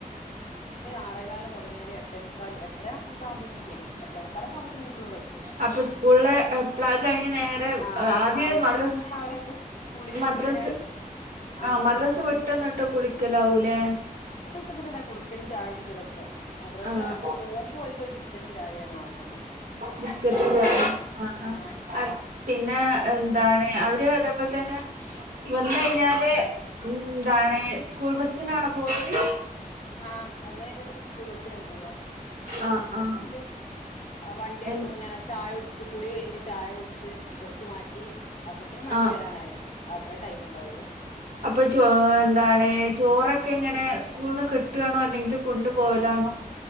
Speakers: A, on the left; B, on the right.
A: ആറെകാലിന് തുടങ്ങിയാല് എട്ടേ മുക്കാൽ എട്ടെരാ എട്ടു ആവുമ്പതേനും വിടും മുക്കാലൊക്കെ ആവുമ്പഴത്തിനും കുട്ടികള് ഇവിടെ എത്തും
B: അപ്പൊ സ്കൂള്
A: പിന്നെ
B: പ്ലാഗ് കഴിഞ്ഞ് നേരെ
A: ആഹ്
B: ആദ്യേ
A: അത്
B: മദ്രസ്
A: കഴിഞ്ഞ് അവരെ കുളിയും
B: മദ്രസ്
A: പിന്നെ ആഹ്
B: ആ മദ്രസ്
A: ഭക്ഷണം
B: വിട്ടന്നിട്ട്
A: കഴിക്കും
B: കുളിക്കലാവൂലെ
A: പിന്നെന്തിനാ കുളി കുളിക്കലും ചായ കുടിക്കലൊക്കെ മദ്രസ
B: ആഹ്
A: പോവുംമ്പോ ഓർക്ക് ഒരു ബിസ്ക്കറ്റും ചായയാണ് വേണ്ടുള്ളൂ
B: ബിസ്കറ്റ് ആ
A: ആഹ്
B: ആ പിന്നാ അതാണ് അത് അതപ്പതന്നെ വന്ന് കരിഞ്ഞാ ത്തെ ഉം എന്താണ് സ്കൂൾ ബസ്സിനാണ പോകല്
A: ആഹ് വന്ന് കഴിഞ്ഞാ പിന്നെ സ്കൂൾ ബസ്സിനാ പോവോ വന്ന്
B: ആഹ്
A: കഴിഞ്ഞ
B: ആഹ്
A: പിന്നോര് വണ്ടി
B: എ
A: പിന്നെ ചായ ഉടിച്ച് കുളി കഴിഞ്ഞ് ചായ കുടിച്ച് ഡ്രസ്സ് മാറ്റി അപ്പഴ്ത്തേനും വണ്ടി
B: ആഹ്
A: വരാനായി അത്രേ ടൈം ഉ ഓ
B: അപ്പൊ ചോ എന്താണ് ചോറൊക്കെ എങ്ങനെ സ്കൂൾന്ന് കിട്ടുവാണോ അല്ലെങ്കിൽ കൊണ്ടു പോവലാണോ